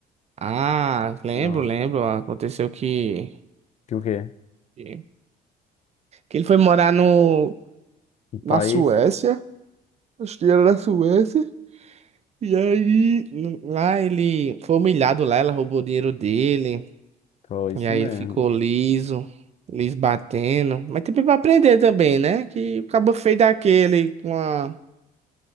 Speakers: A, on the right; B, on the left.
A: Ah, lembro,
B: Não.
A: lembro. Aconteceu que.
B: Que o quê?
A: Que ele foi morar no.
B: O país?
A: Na Suécia. Acho que era na Suécia. E aí. n- Lá ele foi humilhado lá, ela roubou o dinheiro dele.
B: Foi isso
A: E aí
B: mesmo.
A: ele ficou liso, liso batendo. Mas tem pra aprender também, né? Que o cabo feio daquele com a